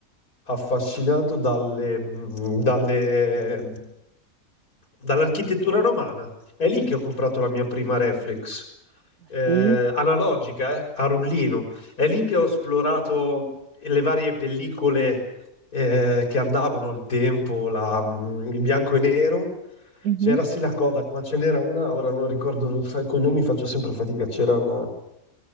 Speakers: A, on the left; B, on the right.
A: affascinato dalle, mh, dalle- dall'architettura romana. È lì che ho comprato la mia prima reflex,
B: Ah,
A: eh,
B: Sì,
A: analogica, eh, a rullino. È lì che ho esplorato le varie pellicole eh, che andavano al tempo, la, mm, in bianco e nero.
B: Mhm.
A: C'era sì la Kodak, ma ce n'era una, ora non ricordo, con i nomi faccio sempre fatica, c'era una,